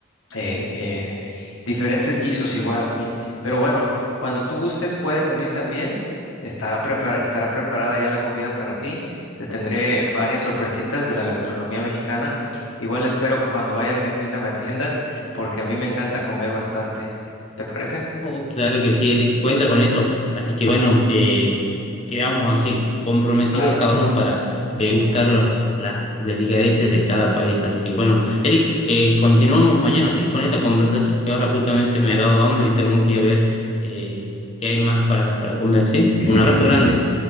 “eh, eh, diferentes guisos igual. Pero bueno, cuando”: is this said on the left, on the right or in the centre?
Left